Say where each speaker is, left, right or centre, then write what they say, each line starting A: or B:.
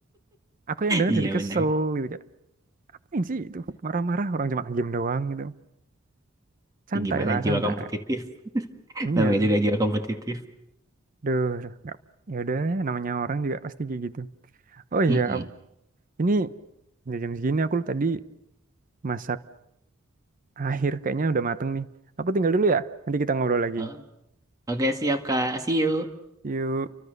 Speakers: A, on the right; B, on the right.
A: Aku yang denger
B: Iya
A: jadi kesel
B: benar.
A: gitu kayak apain sih itu marah-marah orang cuma game doang gitu. santai
B: Gimana
A: lah
B: jiwa
A: santai
B: kompetitif? <laughs>
A: iya
B: Namanya juga jiwa kompetitif.
A: duh duh, nggak ya udah namanya orang juga pasti kayak gitu oh
B: Mm-mm.
A: iya ini udah jam segini aku tadi masak akhir kayaknya udah mateng nih aku tinggal dulu ya nanti kita ngobrol lagi
B: Oh, Oke siap Kak. See you.
A: yuk